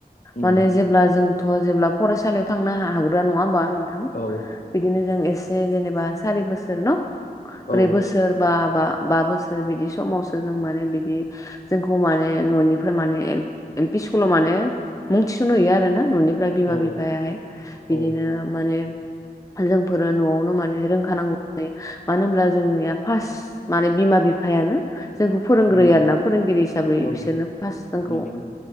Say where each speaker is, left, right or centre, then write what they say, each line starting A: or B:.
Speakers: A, on the left; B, on the left.
A: उम
B: माने जेब्ला जों थ' जेब्ला फरायसालियाव थांनो हाग्रा नङा होमबा नोंथां।
A: औ।
B: बिदिनो जों एसे जेनेबा सारि बोसोर न? ब्रै
A: औ
B: बोसोर बा बा बा बोसोर बिदि समावसो जों माने बिदि जोंखौ माने न'निफ्राय माने एल पि स्कुलाव माने मुं थिसन हैयो आरो ना न'नि ओमफ्राय बिमा
A: औ
B: बिफायाहाय बिदिनो
A: औ
B: माने जोंफोर न'आवनो माने रोंखानांगौ जायो मानो होनब्ला जोंनिया फास माने बिमा बिफायानो जोंखौ फोरोंग्रोयो
A: उम
B: आरोना फोरोंगिरि हिसाबै
A: औ
B: बिसोरनो फास जोंखौ
A: नंगौ